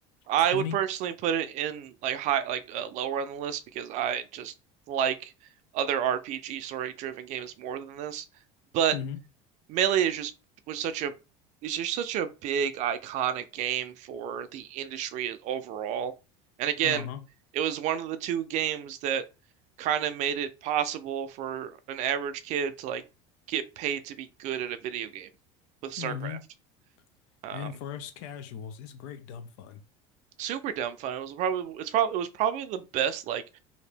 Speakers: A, on the right (about 50°); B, on the left (about 75°).
A: I
B: 20.
A: would personally put it in like high, like uh, lower on the list because I just like other RPG story-driven games more than this. But
B: Mm-hmm.
A: Melee is just was such a is just such a big iconic game for the industry overall. And again,
B: Uh-huh.
A: it was one of the two games that kind of made it possible for an average kid to like get paid to be good at a video game with StarCraft.
B: Mm-hmm.
A: Um,
B: And for us casuals, it's great dumb fun.
A: super dumb fun. It was probably it's probably it was probably the best like